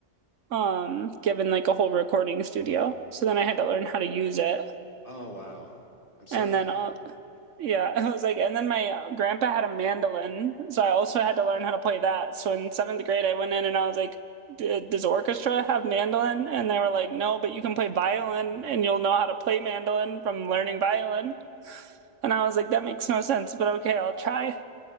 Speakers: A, on the right; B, on the left.
A: um given like a whole recording studio. So then I had to learn how to use it.
B: Oh wow, I'm so
A: And then uh, yeah, <laughs> I was like and then my uh, grandpa had a mandolin, so I also had to learn how to play that. So in 7th grade I went in and I was like "D- does orchestra have mandolin? And they were like, no, but you can play violin and you'll know how to play mandolin from learning violin. And I was like, that makes no sense, but okay, I'll try.